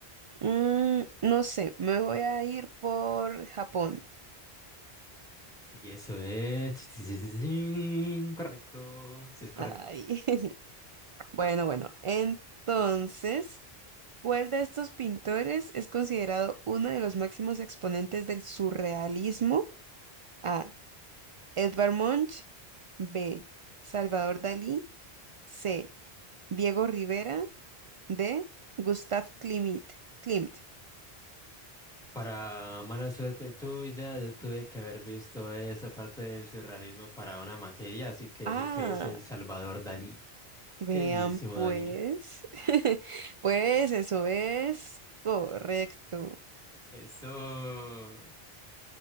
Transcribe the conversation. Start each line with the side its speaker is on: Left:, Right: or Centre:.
Right: Mm, no sé, me voy a ir por Japón.
Centre: Y eso es <tsk> correcto, sí es correcto.
Right: Ay. <laughs> Bueno, bueno. Entonces, ¿cuál de estos pintores es considerado uno de los máximos exponentes del surrealismo? A. Edvard Munch. B. Salvador Dalí. C. Diego Rivera. D. Gustav Klimt. Klimt.
Centre: Para mala suerte tuya, yo tuve que haber visto esa parte del surrealismo para una materia, así que
Right: Ah,
Centre: sé que es el Salvador Dalí.
Right: vean
Centre: Queridísimo
Right: pues.
Centre: Dalí.
Right: <laughs> Pues eso es correcto.
Centre: Eso.